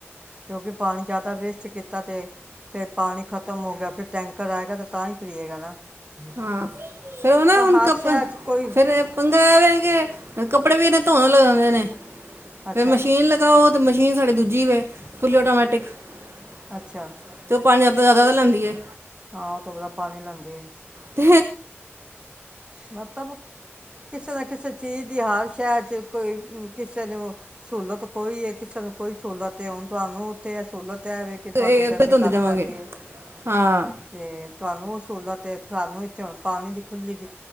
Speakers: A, on the right (about 20°); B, on the right (about 60°).
A: ਕਿਉਂਕਿ ਪਾਣੀ ਜ਼ਿਆਦਾ ਵੇਸਟ ਕੀਤਾ। ਕੀਤਾ ਤੇ ਫੇਰ ਪਾਣੀ ਖ਼ਤਮ ਹੋ ਗਿਆ ਫੇਰ ਟੈਂਕਰ ਆਏਗਾ ਤੇ ਤਾਂ ਹੀ ਪਏਗਾ ਨਾ,
B: ਹਾਂ ਫਿਰ ਉਹ ਨਾ
A: ਪਰ
B: ਹੁਣ
A: ਹਰ
B: ਕ
A: ਸ਼ਹਿਰ 'ਚ ਕੋਈ
B: ਫੇਰ ਪੰਗਾ ਐ ਵੇ ਕੱਪੜੇ ਵੀ ਇਹੇ ਧੋਣ ਲਗਾਣੇ ਨੇ
A: ਅੱਛਾ
B: ਫੇਰ ਮਸ਼ੀਨ ਲਗਾਓ। ਮਸ਼ੀਨ ਸਾਡੀ ਦੂਜੀ ਵੇ, ਫੁੱਲੀ ਆਟੋਮੈਟਿਕ ਅਤੇ
A: ਅੱਛਾ
B: ਉਹ ਪਾਣੀ ਅਪਣੇ ਜ਼ਿਆਦਾ ਤਾਂ ਲੈਂਦੀ ਹੈ।
A: ਹਾਂ ਉਹ ਤੋਂ ਬੜਾ ਪਾਣੀ ਲੈਂਦੀ ਆ।
B: ਤੇ
A: ਮਤਲਬ ਕਿਸੇ ਨਾ ਕਿਸੇ ਚੀਜ਼ ਦੀ ਹਰ ਸ਼ਹਿਰ ' ਕੋਈ ਕਿਸੇ ਨੂੰ ਸਹੂਲਤ ਕੋਈ ਹੈ ਕਿਸੇ ਨੂੰ ਕੋਈ ਸਹੂਲਤ ਹੈ ਹੁਣ ਤੁਹਾਨੂੰ ਉੱਥੇ ਇਹ ਸਹੂਲਤ ਤਾਂ ਹੈ ਵੇ ਕਿ ਤੁਹਾਡੇ
B: ਇਹ
A: ਗਰਮੀ
B: ਤੇ ਧੁੰਦੇ
A: ਘੱਟ
B: ਜਾਵਾਂਗੇ।
A: ਪੈਂਦੀ ਹੈ
B: ਹਾਂ
A: ਤੇ ਤੁਹਾਨੂੰ ਸਹੂਲਤ ਏ ਤੁਹਾਨੂੰ ਇਥੇੁ ਹੁਣ ਪਾਣੀ ਦੀ ਖੁੱਲੀ ਦੀ